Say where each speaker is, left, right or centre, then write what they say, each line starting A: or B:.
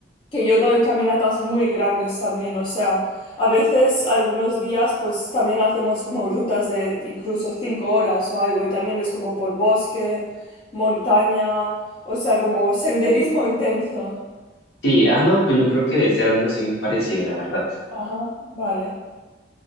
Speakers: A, on the left; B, on the left.
A: que yo doy caminatas muy grandes también, o sea, a veces algunos días pues también hacemos como rutas de incluso cinco horas o algo y también es como por bosque, montaña, o sea, como senderismo intenso.
B: sí, ah, no, pues yo creo que debe ser algo así muy parecido, la verdad.
A: Ajá, vale.